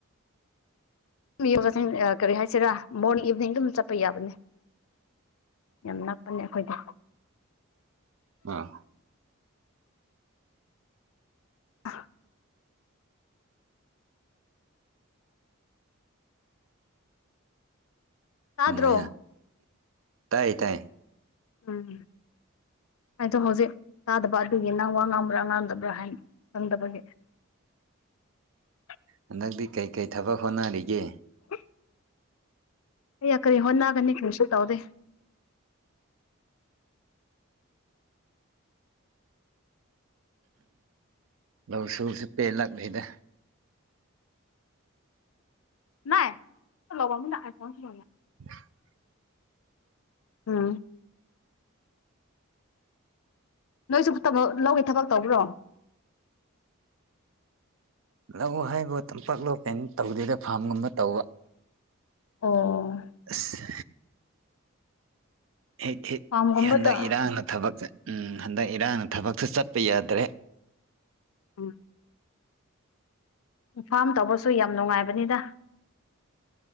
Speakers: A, on the left; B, on the right.
A: ꯃꯤꯣꯖꯁꯤꯡ ꯀꯔꯤ ꯍꯥꯏꯁꯤꯔꯥ ꯃꯣꯔꯅꯤꯡ ꯏꯚꯤꯅꯤꯡ ꯑꯗꯨꯝ ꯆꯠꯄ ꯌꯥꯕꯅꯦ ꯌꯥꯝ ꯅꯞꯄꯅꯦ ꯑꯩꯈꯣꯏꯗ
B: ꯑꯥ
A: ꯑ ꯇꯥꯗ꯭ꯔꯣꯝ
B: ꯅꯨꯡꯉꯥꯏꯅ ꯇꯥꯏ ꯇꯥꯏ
A: ꯎꯝ ꯍꯥꯏꯗꯣ ꯍꯧꯖꯤꯛ ꯆꯥꯗꯕ ꯑꯗꯨꯒꯤ ꯅꯪ ꯋꯥ ꯉꯥꯡꯕ꯭ꯔꯥ ꯉꯥꯡꯝꯗꯕ꯭ꯔꯥ ꯍꯥꯏꯅ ꯈꯪꯗꯕꯒꯤl <unintelligible>
B: ꯍꯟꯗꯛꯇꯤ ꯀꯩꯀꯩ ꯊꯕꯛ ꯍꯣꯠꯅꯔꯤꯒꯦ
A: <unintelligible> ꯑꯩ ꯌꯥ ꯀꯔꯤ ꯍꯣꯠꯅꯒꯅꯤ ꯀꯔꯤꯁꯨ ꯇꯧꯗ
B: ꯂꯧ ꯁꯨꯕꯁꯤ ꯄꯦꯜꯂꯛꯂꯤꯅꯦ
A: ꯅꯥꯏ <unintelligible>
B: <unintelligible>
A: ꯎꯝ ꯅꯣꯏꯁꯨꯕꯛ ꯂꯧꯒꯤ ꯊꯕꯛ ꯇꯧꯕ꯭ꯔꯣ
B: ꯂꯧ ꯍꯥꯏꯕꯨ ꯇꯝꯄꯥꯛ ꯂ ꯀꯩꯅ ꯇꯧꯗꯦꯗ ꯐꯥꯝꯒꯨꯝꯕ ꯇꯧꯕ
A: ꯑꯣ
B: ꯑꯁ ꯍꯦꯛ ꯍꯦꯛ
A: ꯐꯥꯝꯒꯨꯝꯕꯗ
B: ꯍꯟꯗꯛ ꯏꯔꯥꯡꯅ ꯊꯕꯛ ꯆꯠ ꯎꯝ ꯍꯟꯗꯛ ꯏꯔꯥꯡꯅ ꯊꯕꯛꯁꯨ ꯆꯠꯄ ꯌꯥꯗ꯭ꯔꯦ
A: ꯎꯝ ꯐꯥꯝ ꯇꯧꯕꯁꯨ ꯌꯥꯝ ꯅꯨꯡꯉꯥꯏꯕꯅꯤꯗ